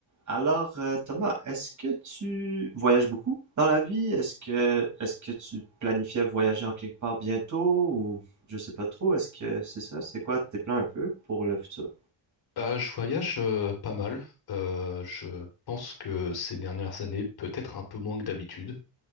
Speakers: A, on the right; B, on the left.
A: Alors, euh, Thomas, est-ce que tu voyages beaucoup dans la vie? Est-ce que est-ce que tu planifiais voyager en quelque part bientôt ou je sais pas trop, est-ce que c'est ça? C'est quoi tes plans un peu pour le futur?
B: Euh, je voyage euh, pas mal. Euh, je pense que ces dernières années, peut-être un peu moins que d'habitude,